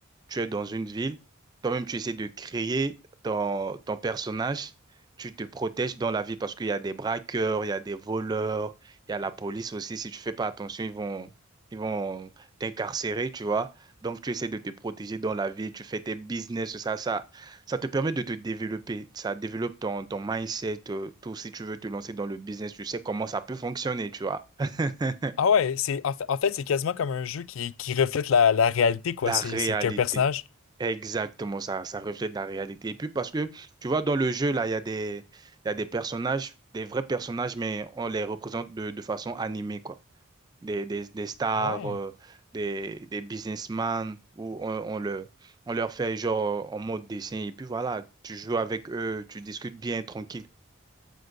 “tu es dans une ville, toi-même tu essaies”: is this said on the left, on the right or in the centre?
Right